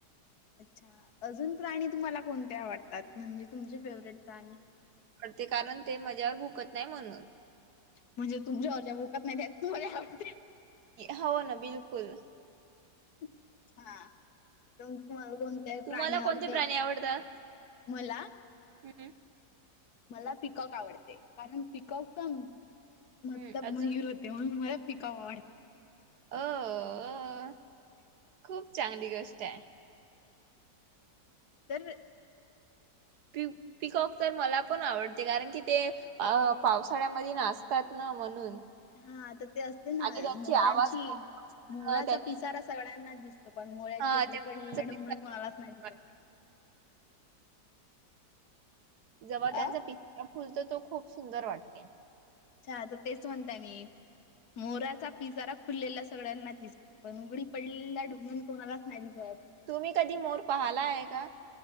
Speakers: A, on the left; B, on the right.
A: अच्छा! अजून प्राणी तुम्हाला कोणते आवडतात म्हणजे तुमचे फेवरेट प्राणी?
B: ते कारण ते माझ्यावर भुकत नाही म्हणून.
A: म्हणजे तुमच्या वरच्या भुकत नाही त्यात तुम्हाला आवडते.
B: हो ना बिलकुल.
A: अच्छा! कोन तुम्हाला? कोणते
B: तुम्हाला
A: प्राणी
B: कोणते
A: आवडते?
B: प्राणी आवडतात?
A: मला
B: हम्म,
A: मला पीकॉक आवडते. कारण पीकॉकच मतलब
B: हम्म, अजून
A: मयूर होते म्हणून मला पीकॉक आवडते.
B: अ खूप चांगली गोष्ट आहे.
A: तर
B: प पिकॉक तर मला पण आवडते कारण की ते पावसाळ्यामध्ये नाचतात ना म्हणून.
A: हां तर ते असते ना
B: आणि त्यांची
A: मोराची
B: आवाज खूप
A: मोराचा
B: अ, त्यांनी
A: पिसारा सगळ्यांना त पण मोराचं
B: हां,
A: उघडं
B: ते मोराचं
A: पडलेलं
B: पिसाळ
A: ढुंगण कोणालाच नाही दिसत.
B: वाट- जेव्हा त्यांचा
A: अ
B: पीसारा फुलतो तो खूप सुंदर वाटते.
A: अच्छा तर तेच म्हणताय मी. मोराचा पिसारा खुललेला सगळ्यांना दिसतो पण उघडी पडलेला ढुंगण कोणालाच नाही दिसत.
B: तुम्ही कधी मोर पाहाला आहे का?